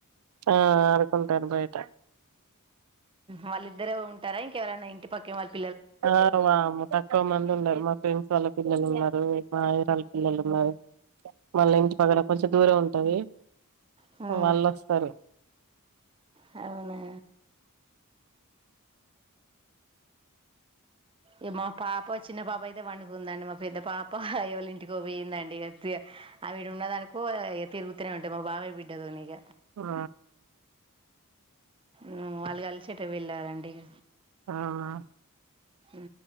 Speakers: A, on the right (about 75°); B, on the right (about 25°).
A: ఆ ఆడుకుంటారు బయట
B: వాళ్ళిద్దరే ఉంటారా ఇంకెవరనా ఇంటి పక్కే వాళ్ళే
A: ఆ వా తక్కువ మంది ఉన్నారు మా ఫ్రెండ్స్ వాళ్ళ పిల్లలున్నారు మా వేరేవాల పిల్లలున్నారు మళ్ళ ఇంటి పక్కల కొంచెం దూరం ఉంటది
B: హా
A: వాళ్ళొస్తారు
B: హవునా ఈ మా పాప చిన్న పాప అయితే పండుకుందండి మా పెద్ద పాప ఎవళ్ళింటికో పోయుందండి ఇగ <unintelligible> ఆవీడున్నదనుకో పో ఏ తరుగుతనే ఉంటే మా బాబాయ్ బిడ్డతోనిగ
A: ఆ
B: ఊ వాళ్ళు కలిసి ఎటో వెళ్ళారండి ఇగ
A: ఆ
B: హు